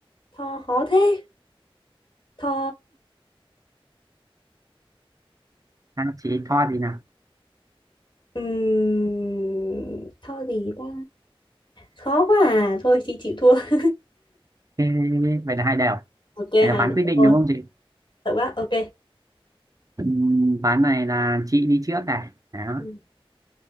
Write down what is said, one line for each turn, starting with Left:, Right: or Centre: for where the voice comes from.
Left: tho khó thế tho
Right: À, chị tho gì nào?
Left: ừm, tho gì ta khó quá à thôi chị chịu thua <laughs>
Right: Ê, vậy là hai đều.
Left: ok
Right: Vậy là
Left: hai
Right: phán
Left: đứa
Right: quyết định
Left: ôi
Right: đúng không chị?
Left: sợ quá ok
Right: Ừm, Ván này là chị đi trước này. Đó.
Left: Ừ.